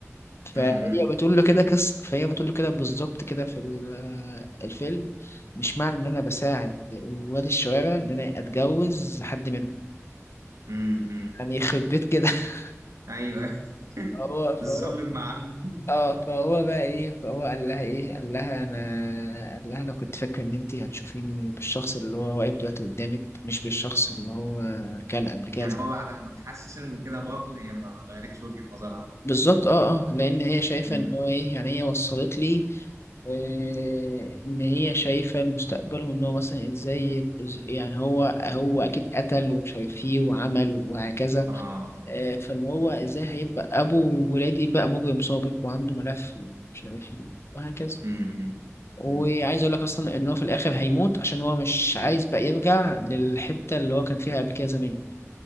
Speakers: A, on the left; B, on the right.
A: فهي
B: امم
A: بتقول له كده قصه فهي بتقول له كده بالظبط كده في ال- آه، الفيلم مش معنى ان انا بساعد ولاد الشوارع ان انا اتجوز حد منهم
B: امم
A: يعني <laughs> يخرب بيت كده <laughs>
B: ايوه
A: هو
B: <laughs>
A: فهو
B: الظلم مع المو-
A: اه فهو بقى ايه فهو قال لها ايه قال لها انا قال لها انا كنت فاكر ان انت هتشوفيني بالشخص اللي هو واقف دلوقتي قدامك مش بالشخص اللي هو كان قبل كده
B: يعني هو بعد ما اتحسن وكده برضه هي ما غيرتش وجهة نظرها
A: بالظبط اه اه لان هي شايفه
B: امم
A: ان هو ايه يعني هي وصلت لي آه ان هي شايفه المستقبل وان هو مثلا ازاي إز- يعني هو هو اكيد قتل ومش عارف ايه وعمل وهكذا
B: اه
A: آه فاللي هو ازاي هيبقى ابو ولادي بقى مجرم سابق وعنده ملف ومش عارف ايه وهكذا
B: امم
A: وعايز
B: امم
A: اقول لك اصلا ان هو في الاخر هيموت عشان هو مش عايز بقى يرجع للحته اللي هو كان فيها قبل كده زمان